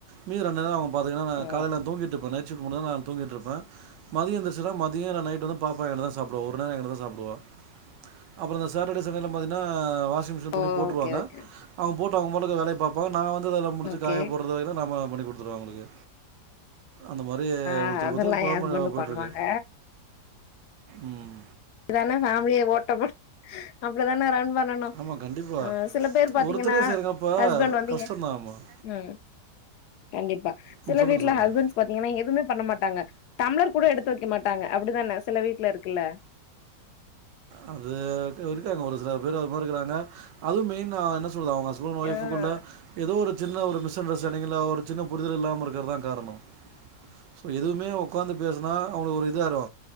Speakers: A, on the right (about 80°); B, on the left (about 70°).
A: மீதி ரெண் நேரோ அவு பாத்திங்கனா நா
B: ஆ
A: காலைல தூங்கிட்ருப்பே நைட் ஷிஃப்ட் முடிஞ்சி நா தூங்கிட்ருப்பே மதியோ எந்துருச்சினா மதியோ இல்ல நைட்டு வந்து பாப்பா என்ட தா சாப்டுவா ஒரு நேரோ எங்கிட்ட தா சாப்டுவா அப்றோ இந்த சாட்டடே சண்டேலா பாத்தீனா வாஷிங் மிஷின் துணி
B: ஓகே
A: போட்ருவாங்க
B: ஓகே
A: அவுங்க போட்டு அவுங்க பாட்டுக்கு வேலைய பாப்பா நா வந்து அதுல முடிச்சி
B: ஓகே
A: காய போட்ற வேலைலா நாம தா பண்ணி குடுத்துருவோ அவுங்களுக்கு அந்த மாரி
B: ஆ
A: ஒருத்தருக்கு
B: அதெல்லா
A: ஒருத்தர் பொழப்பு
B: எ ஹஸ்பண்டு
A: நல்லா போயிட்ருக்கு
B: பண்ணுவாங்க
A: ம்
B: இதாண்ணே பேமிலிய ஓட்ட முடி அப்டிதாண்ணா ரன் பண்ணணு
A: ஆமாம் கண்டிப்பாக
B: அ சில பேர் பாத்தீங்கன்னா
A: ஒருத்தரே செய்கிறங்க இப்போ
B: ஹஸ்பண்ட் வந்து
A: கஷ்டம்தான் ஆமாம்
B: ம் கண்டிப்பா
A: ம்
B: சில
A: சொல்லுங்கள்
B: வீட்டல
A: சொல்லுங்கள்
B: ஹஸ்பண்ட்ஸ் பாத்தீங்கன்னா எதுமே பண்ண மாட்டாங்க டம்ளர் கூட எடுத்து வெக்க மாட்டாங்க அப்டித்தான சில வீட்ல இருக்குல்ல
A: அது இரு இருக்காங்க ஒரு சில பேர் அது மாரி இருக்குறாங்க அதுவு மெயினா என்ன சொல்ல அவுங்க ஹஸ்பண்ட் வொய்ஃப்புகுள்ள
B: ஆ
A: எதோ ஒரு சின்ன ஒரு மிஸ் அண்டர்ஸ்டாண்டிங்கில ஒரு சின்ன புரிதல் இல்லாம இருக்கிறதா காரணோ ப்ப எதுவுமே உக்காந்து பேசுனா அவுங்களுக்கு ஒரு இதாயிரு